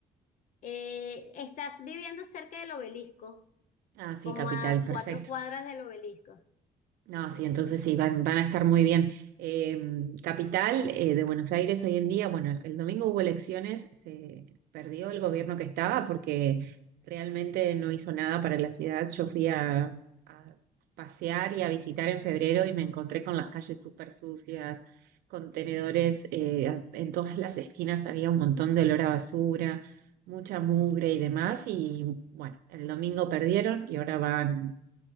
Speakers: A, on the left; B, on the right.
A: Eh, estás viviendo cerca del obelisco,
B: Ah, sí,
A: como
B: capital,
A: a
B: perfecto.
A: cuatro cuadras del obelisco.
B: No,
A: <laughs>
B: sí, entonces sí, van, van a estar muy bien. Eh, capital eh, de Buenos Aires hoy en día, bueno, el domingo hubo elecciones, se perdió el gobierno que estaba porque realmente no hizo nada para la ciudad. Yo fui a, a pasear y a visitar en febrero y me encontré con las calles súper sucias, contenedores, eh, en todas las esquinas había un montón de olor a basura, mucha mugre y
A: Ok,
B: demás. Y bueno, el domingo perdieron y ahora van